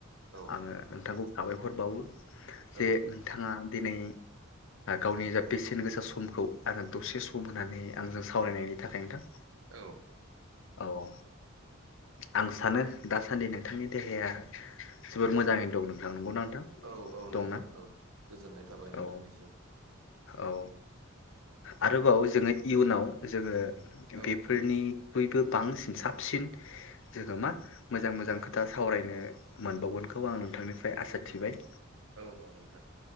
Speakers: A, on the right; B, on the left.
A: औ
B: आङो नोंथांखौ साबायखर बावो।
A: औ
B: जे नोंथाङा दिनै गावनि जा बेसेन गोसा समखौ आङो दसे सम होननानै आंजों सावरायनायनि थाखाय नोंथां
A: औ
B: औ ओ आं सानो दासान्दि नोंथांनि देहाया जोबद मोजाङैनो दं नोंथां नंगौना? नोंथां
A: औ औ
B: दंना
A: नोंथां औ गोजोननाय थाबाय नोंथांनिसिम।
B: औ औ आरोबाव जोङो इयुनाव जोङो
A: औ
B: बेफोरनि बयबो बांसिन साबसिन जोङो मा मोजां मोजां खोथा सावरायनो मोनबावगोनखौ आं नोंथांनिफ्राय आसा थिबाय।
A: औ औ नोंथां।